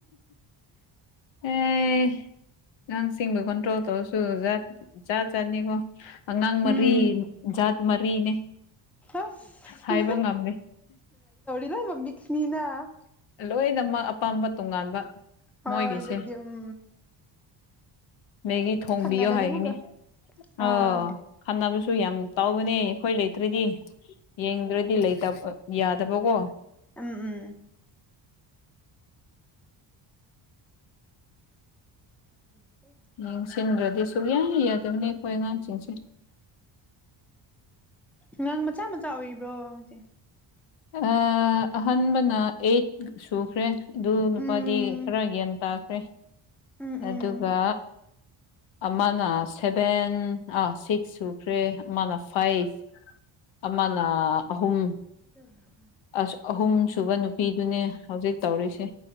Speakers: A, on the left; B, in the centre.
A: ꯑ ꯑꯦ ꯑꯉꯥꯡꯁꯤꯡꯕꯨ ꯀꯟꯇ꯭ꯔꯣꯜ ꯇꯧꯔꯁꯨ ꯖꯥꯠ ꯖꯥꯠ ꯖꯥꯠꯅꯤꯀꯣ꯫ ꯑꯉꯥꯡ
B: ꯎꯝ
A: ꯃꯔꯤ ꯖꯥꯠ ꯃꯔꯤꯅꯦ
B: ꯑꯁ
A: ꯍꯥꯏꯕ ꯉꯝꯔꯦ
B: ꯂꯣꯏꯃꯛ ꯃꯤꯛꯁꯅꯤꯅ
A: ꯂꯣꯏꯅꯃꯛ ꯑꯄꯥꯝꯕ ꯇꯣꯉꯥꯟꯕ
B: ꯍꯣꯏ
A: ꯃꯣꯏꯒꯤꯁꯦ
B: ꯗꯨꯕꯨꯗꯤ ꯎꯝ
A: ꯃꯦꯒꯤ ꯊꯣꯡꯕꯤꯌꯣ
B: ꯈꯟꯅꯔꯗꯤ
A: ꯍꯥꯏꯒꯅꯤ
B: ꯑꯃꯨꯛꯀ ꯑꯥ
A: ꯑꯣ ꯈꯟꯅꯕꯁꯨ ꯌꯥꯝ ꯇꯥꯎꯕꯅꯦ ꯑꯩꯈꯣꯏ ꯂꯩꯇ꯭ꯔꯗꯤ꯫ ꯌꯦꯡꯗ꯭ꯔꯗꯤ ꯂꯩꯇꯕ ꯌꯥꯗꯕꯀꯣ꯫
B: ꯎꯝ ꯎꯝ <inaudible>
A: ꯌꯦꯡꯁꯤꯟꯗ꯭ꯔꯗꯤ ꯁꯨꯛꯌꯥ ꯌꯥꯗꯕꯅꯤ ꯑꯩꯈꯣꯏ ꯑꯉꯥꯡꯁꯤꯡꯁꯦ꯫
B: ꯑꯉꯥꯡ ꯃꯆꯥ ꯃꯆꯥ ꯑꯣꯏꯔꯤꯕ꯭ꯔꯣ ꯍꯥꯏꯖꯦ꯫
A: ꯑ ꯑꯍꯥꯟꯕꯅ ꯑꯩꯠ ꯁꯨꯈ꯭ꯔꯦ꯫ ꯑꯗꯨ ꯅꯨꯄꯥꯗꯤ
B: ꯎꯝ
A: ꯈꯔ ꯒ꯭ꯌꯥꯟ ꯇꯥꯈ꯭ꯔꯦ
B: ꯎꯝ ꯎꯝ
A: ꯑꯗꯨꯒ ꯑꯃꯅ ꯁꯚꯦꯟ ꯑꯥ ꯁꯤꯛꯁ ꯁꯨꯈ꯭ꯔꯦ ꯑꯃꯅ ꯐꯥꯏꯚ ꯑꯃꯅꯥ ꯑꯍꯨꯝ
B: <unintelligible>
A: ꯑꯁ ꯑꯍꯨꯝ ꯁꯨꯕ ꯅꯨꯄꯤꯗꯨꯅꯦ ꯍꯧꯖꯤꯛ ꯇꯧꯔꯤꯁꯦ